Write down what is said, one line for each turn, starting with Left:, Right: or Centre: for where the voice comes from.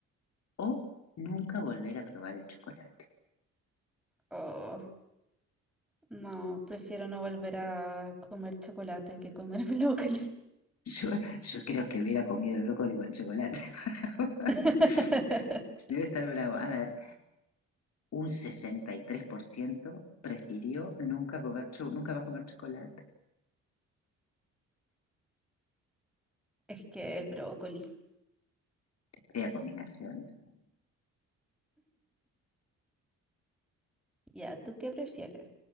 Left: o nunca volver a probar el chocolate.
Centre: Oh, no, prefiero no volver a comer chocolate que comer <laughs> brócoli.
Left: Yo, yo creo que hubiera comido el brócoli con chocolate. <laughs>
Centre: <laughs>
Left: Debe estar bravo. A ver, un 63% prefirió nunca, comer nunca más comer chocolate.
Centre: Es que el brócoli.
Left: Fea combinaciones.
Centre: Ya, ¿tú qué prefieres?